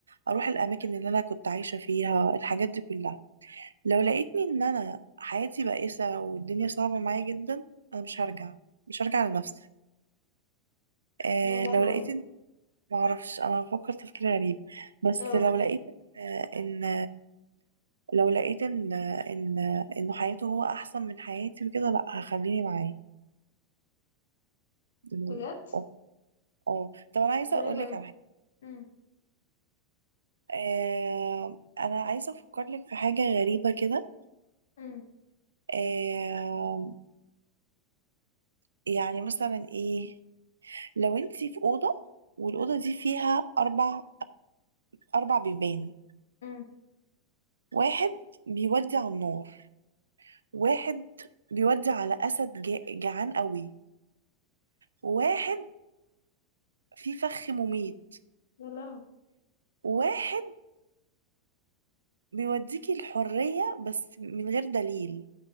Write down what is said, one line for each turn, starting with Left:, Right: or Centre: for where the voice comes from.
Right: اروح الاماكن اللي انا كنت عايشه فيها الحاجات دي كلها لو لقيتني ان انا حياتي بائسه والدنيا صعبه معايا جدا انا مش هرجع مش هرجع لنفسي آه
Left: يا لهوي
Right: لو لقيت ان معرفش انا بفكر تفكير غريب بس
Left: اه
Right: لو لقيت آه ان لو لقيت ان ان انه حياته هو احسن من حياتي وكده لا هخليني معاه إنه-
Left: بجد
Right: اه اه طب انا عايزه
Left: ده
Right: اقول
Left: غريب أوي
Right: لك على حاجه
Left: امم
Right: آه انا عايزه افكر لك في حاجه غريبه كده
Left: امم
Right: آه يعني مثلا ايه لو انتي في اوضه والاوضه دي فيها اربع اربع بيبان
Left: امم
Right: واحد بيودي على النار واحد بيودي على اسد جا- جعان قوي واحد فيه فخ مميت
Left: يا لهوي
Right: واحد بيوديكي الحرية بس من غير دليل